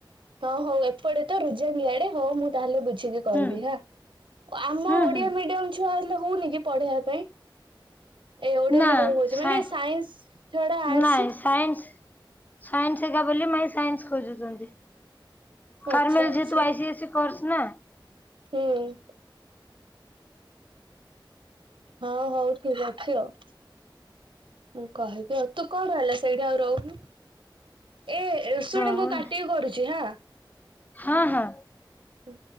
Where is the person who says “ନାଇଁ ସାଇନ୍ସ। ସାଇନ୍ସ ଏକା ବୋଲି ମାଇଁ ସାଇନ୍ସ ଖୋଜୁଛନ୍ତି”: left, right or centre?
Left